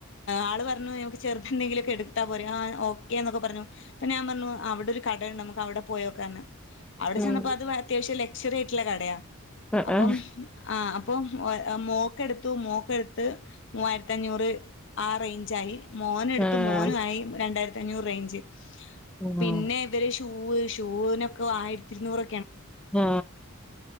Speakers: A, on the left (about 60°); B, in the centre.
A: ആൾ പറഞ്ഞു നമുക്ക് ചെറുതെന്തെങ്കിലുമൊക്കെ എടുക്ക് ടുത്താ പോരേ ആ ഓക്കേ എന്നൊക്കെ പറഞ്ഞു അപ്പൊ ഞാൻ പറഞ്ഞു അവിടെ ഒരു കടയുണ്ട് നമുക്ക് അവിടെ പോയോക്കാന്നു അവിടെ
B: ഉം
A: ചെന്നപ്പോ അത് അത്യാവശ്യം ലക്ഷ്വറി ആയിറ്റിലെ കടയാ
B: ആഹ്
A: അപ്പം
B: ആഹ്
A: ആ അപ്പം മോ ക്ക് എടുത്തു മോക്കെടുത്ത് മൂവായിരത്തി അഞ്ഞൂറ് ആ റേഞ്ചായി മോനെടുത്തു
B: ആഹ്
A: മോൻ യും രണ്ടായിരത്തി അഞ്ഞൂറ് റേഞ്ച്
B: ആഹ്
A: പിന്നെ ഇവര് ഷൂവ് ഷൂവിനൊക്കെ ആയിരത്തി ഇരുന്നൂറൊ
B: ആ